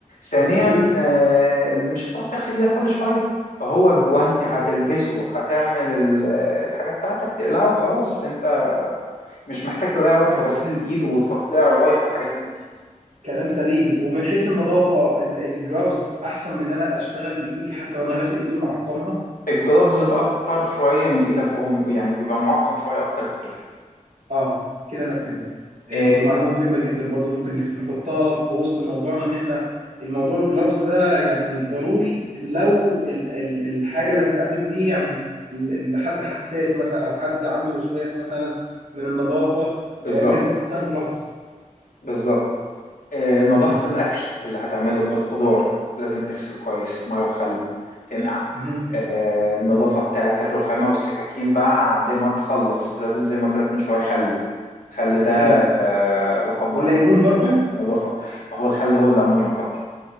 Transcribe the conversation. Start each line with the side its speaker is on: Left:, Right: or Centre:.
Left: ثانيا
Right: مظبوط
Left: آه، مش هتقعد تغسل ايدك كل شويه فهو الجوانتي
Right: حصل
Left: هتلبسه هتعمل ال- الحاجه بتاعتك تقلعه وخلاص انت مش محتاج تضيع وقت في غسيل الايد وتطليع روايح وحاجات من دي
Right: كلام سليم ومن حيث النظافة ال- الجلافز أحسن من إن أنا أشتغل بإيدي حتى لو أنا غاسل إيدي ومعقمها
Left: الجلافز بقى اكتر شويه من ايدك وهو يعني بيبقى معقم شويه اكتر من ايدك
Right: اه كده انا فهمت آه،
Left: آه،
Right: دي معلومه مهمه جدا برضو ممكن نف- نحطها في وسط موضوعنا ان احنا الموضوع الجلافز ده يعني ضروري لو ال- ال- الحاجه اللي هتتقدم دي يعني ل- لحد حساس مثلا او حد عنده وسواس مثلا من النظافه
Left: بالظبط
Right: آه، نلبس مثلا جلافز
Left: بالظبط آه، نظافة
Right: مهم.
Left: الأكل اللي هتعمله الخضار لازم تغسل كويس مية وخل تنقع
Right: مهم.
Left: آه، النظافة بتاعة الرخامة والسكاكين بعد ما تخلص لازم زي ما قلت لك من شوية خل الخل ده
Right: خل
Left: آه، رقم
Right: والليمون
Left: واحد
Right: برضو
Left: في النظافة ما هو الخل هو الليمون يعتبر